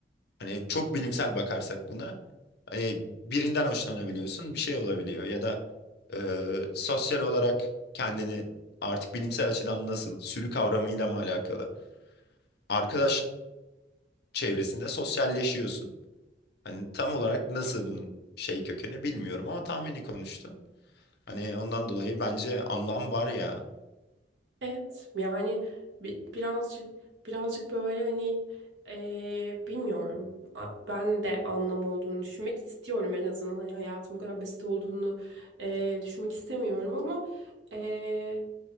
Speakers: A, on the left; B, on the right.
A: Hani çok bilimsel bakarsak buna hani birinden hoşlanabiliyorsun bir şey olabiliyor ya da e, sosyal olarak kendini artık bilimsel açıdan nasıl sürü kavramıyla mı alakalı? Arkadaş çevresinde sosyalleşiyorsun. Hani tam olarak nasıl bunun şey kökeni bilmiyorum ama tahmini konuştum. Hani ondan dolayı bence anlam var ya.
B: Evet yani bi- birazcık birazcık böyle hani eee, bilmiyorum A- ben de anlam olduğunu düşünmek istiyorum en azından hani hayatım bu kadar basit olduğunu eee, düşünmek istemiyorum ama eee,